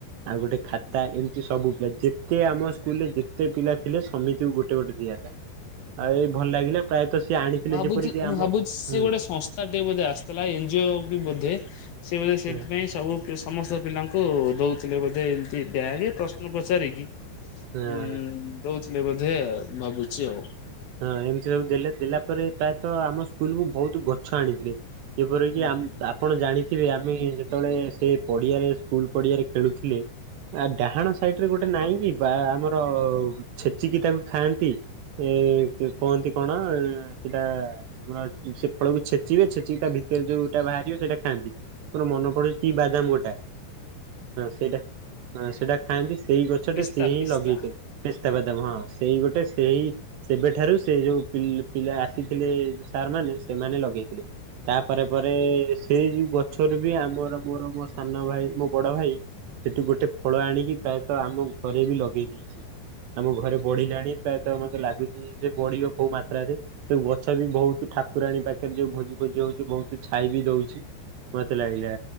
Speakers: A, on the right; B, on the left.
A: ଆଉ ଗୋଟେ ଖାତା ଏମିତି ସବୁ ଯେତେ ଆମ ସ୍କୁଲରେ ଯେତେ ପିଲା ଥିଲେ ସମିତିକୁ ଗୋଟେ ଗୋଟେ ଦିଆ ହେଲା ଆଉ ଏଇ ଭଲ ଲାଗିଲା ପ୍ରାୟତଃ ସିଏ ଆଣିଥିଲେ
B: ଭାବୁଛି
A: ଯେପରିକି
B: ମୁଁ
A: ଆମ
B: ଭାବୁଛି ସେ
A: ହୁଁ
B: ଗୋଟେ ସଂସ୍ଥା ଟିକେ ବୋଧେ ଆସିଥିଲା ଏନଜିଓ ବି ବୋଧେ। ସେ ବୋଧେ ସେଥିପାଇଁ
A: ହୁଁ
B: ସବୁ ସମସ୍ତ ପିଲାଙ୍କୁ ଦଉଥିଲେ ବୋଧେ ଏମତି ବ୍ୟାଗେ ପ୍ରଶ୍ନ ପଚାରିକି ହୁଁ
A: ହଁ।
B: ଦୋଉ ଥିଲେ ବୋଧେ ଆଉ ଭାବୁଛି ଆଉ।
A: ହଁ ଏମିତି ସବୁ ଦେଲେ ଦେଲା ପରେ ପ୍ରାୟତଃ ଆମ ସ୍କୁଲକୁୁ ବହୁତ ଗଛ ଆଣିଥିଲେ। ଯେପରିକି
B: ହୁଁ
A: ଆମ୍
B: ହୁଁ।
A: ଆପଣ ଜାଣି ଥିବେ ଆମେ ଯେତେବେଳେ ସେ ପଡ଼ିଆରେ ସ୍କୁଲ ପଡ଼ିଆରେ ଖେଳୁଥିଲେ ଆ ଡାହାଣ ସାଇଟ୍ ରେ ଗୋଟେ ନାହିଁ କି? ବା ଆମର ଛେଚିକି ତାକୁ ଖାଆନ୍ତି ଏ କୁହନ୍ତି କଣ ସେଟା କଣ ସେ ଫଳକୁ ଛେଚିବେ ଛେ ଚିକି ତା ଭିତରେ ଯୋଉଟା ବାହାରିବ ସେଇଟା ଖାଆନ୍ତି ମୋର ମନ ପୁଣି କି ବାଦାମ୍ ଗୋଟା ସେଇଟା ସେଟା ଖାଆନ୍ତି ସେଇ ଗଛଟେ
B: ପିସ୍ତା
A: ସି ହିଁ
B: ପିସ୍ତା
A: ଲଗେଇଥିଲେ ପିସ୍ତାବାଦାମ ହଁ ସେଇ ଗୋଟେ ସେ ହିଁ ସେବେଠାରୁ ସେ ଯୋଉ ପିଲା- ପିଲା ଆସିଥିଲେ ସାର୍ ମାନେ ସେମାନେ ଲଗେଇଥିଲେ। ତାପରେ ପରେ ସେଇ ଯ ଗଛରୁ ବି ଆମର ମୋର ମୋ ସାନ ଭାଇ ମୋ ବଡ ଭାଇ ସେଠୁ ଗୋଟେ ଫଳ ଆଣିକି ପ୍ରାୟତଃ ଆମ ଘରେ ବି ଲଗେଇ ଦେଇଛି ଆମ ଘରେ ବଢିଲାଣି ପ୍ରାୟ ତ ମୋତେ ଲାଗିଚି ସେ ବଢିବ କୋଉ ମାତ୍ରାରେ ସେ ଗଛ ବି ବହୁତ ଠାକୁରାଣୀ ପାଖରେ ଯୋଉ ଭୋଜି ଫୋଜି ହଉଛି ବହୁତ ତୁ ଛାଇ ବିି ଦଉଛି ମତେ ଲାଗିଲା